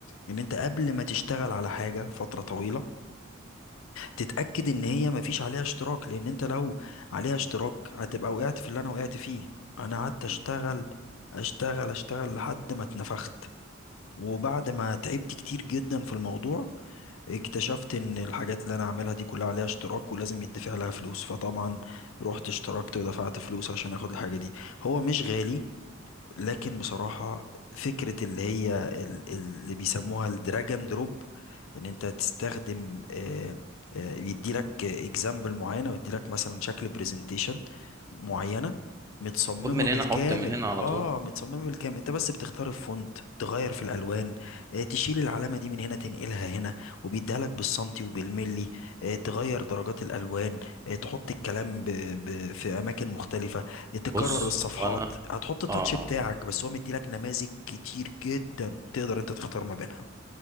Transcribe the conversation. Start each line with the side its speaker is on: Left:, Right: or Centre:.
Left: ان انت قبل ما تشتغل على حاجة فترة طويلة تتأكد ان هي ما فيش عليها اشتراك لان انت لو عليها اشتراك هتبقى وقعت في اللي انا وقعت فيه انا قعدت اشتغل
Right: مم.
Left: اشتغل اشتغل لحد ما اتنفخت وبعد ما تعبت كتير جدا في الموضوع اكتشفت ان الحاجات اللي انا عاملها دي كلها عليها اشتراك ولازم يدفع لها فلوس فطبعا رحت اشتركت ودفعت فلوس عشان اخد الحاجة دي هو مش غالي لكن بصراحة فكرة اللي هي ال- اللي بيسموها الدراجون دروب ان انت تستخدم آه، آه، يديلك اكزامبل معينة ويديلك مثلا شكل برزنتيشن معينة متصممة
Right: خد من
Left: بالكامل
Right: هنا حط من هنا على
Left: اه
Right: طول
Left: متصممة بالكامل انت بس بتختار الفونت تغير في الالوان آه، تشيل العلامة دي من هنا تنقلها هنا وبيديها لك بالسنتي وبالملي آه، تغير درجات الالوان آه، تحط الكلام ب... ب... في اماكن مختلفة تكرر
Right: بص
Left: الصفحات
Right: هو انا
Left: هتحط التاتش
Right: اه
Left: بتاعك
Right: اه
Left: بس هو مديلك نماذج كتير جدا تقدر انت تختار ما بينها